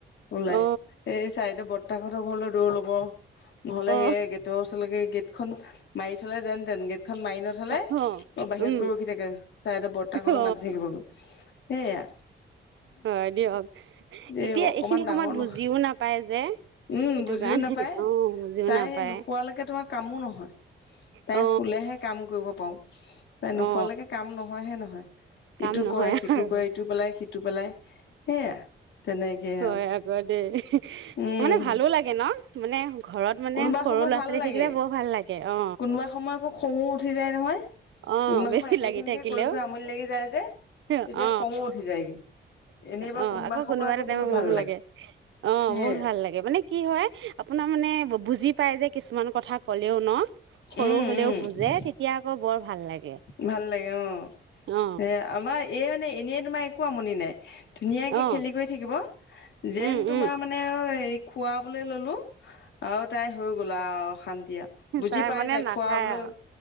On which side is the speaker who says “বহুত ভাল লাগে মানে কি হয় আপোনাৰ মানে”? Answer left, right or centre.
Right